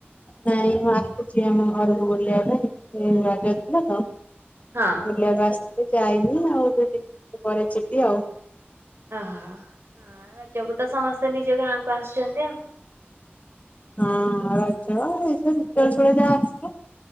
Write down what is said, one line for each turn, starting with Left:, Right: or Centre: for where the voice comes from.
Left: ନାଇଁ ମୁଁ ଆସୁଛି ଆମ ଘରକୁ ବୁଲିବା ପାଇଁ ସେ ରଜ ଥିଲା ତ?
Right: ହଁ।
Left: ବୁଲିବାକୁ ଆସିଥିଲି ଯାଇନି ଆଉ ଦୁଇ ତିନି ପରେ ଯିବି ଆଉ।
Right: ଓହୋ। ହଁ ରଜକୁ ତ ସମସ୍ତେ ନିଜ ଗାଁକୁ ଆସୁଛନ୍ତି ଆଉ।
Left: ହଁ ରଜ ଏସବୁ ଯାହା ରିସେ ଯା ଆସିବ।